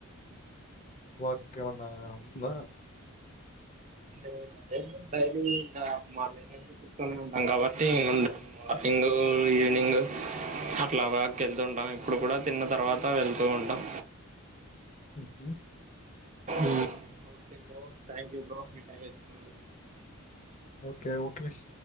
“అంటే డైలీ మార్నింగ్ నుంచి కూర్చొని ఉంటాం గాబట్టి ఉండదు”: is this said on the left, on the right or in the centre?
Right